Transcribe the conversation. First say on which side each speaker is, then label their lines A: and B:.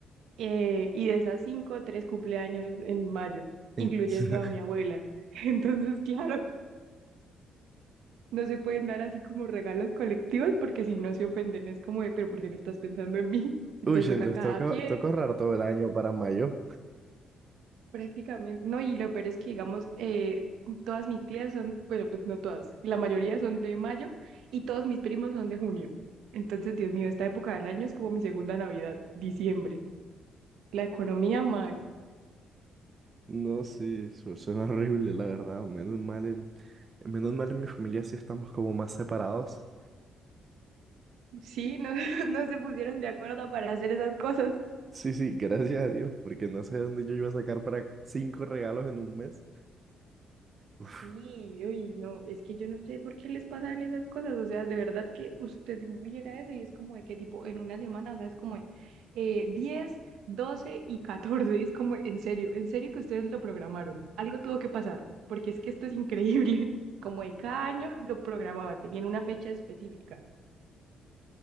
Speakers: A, on the right; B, on the right.
A: Eh, y de esas cinco, tres cumpleaños en mayo, incluyendo
B: En- <laughs>
A: a mi abuela. <laughs> Entonces, claro, no se pueden dar así como regalos colectivos porque si no se ofenden es como de, pero ¿por qué no estás pensando en mí? Entonces
B: Uy, entonces
A: toca a cada
B: toca,
A: quien.
B: toca ahorrar todo el año para mayo.
A: Prácticamente, no, y lo peor es que, digamos, eh, todas mis tías son, bueno, pues no todas, la mayoría son de mayo y todos mis primos son de junio. Entonces, Dios mío, esta época del año es como mi segunda Navidad, diciembre. La economía mal.
B: No, sí, su- suena horrible, la verdad. Menos mal en, menos mal en mi familia sí estamos como más separados.
A: Sí, no, <laughs> no se pusieron de acuerdo para hacer esas cosas.
B: Sí, sí, gracias a Dios, porque no sé de dónde yo iba a sacar para cinco regalos en un mes. Uf.
A: Sí, uy, no, es que yo no sé por qué les pasan esas cosas, o sea, de verdad que usted viera eso y es como de que tipo en una semana, o sea, es como de eh, 10, 12 y 14, es como en serio, en serio que ustedes lo programaron, algo tuvo que pasar, porque es que esto es increíble, <laughs> como de cada año lo programaban, tenían una fecha específica.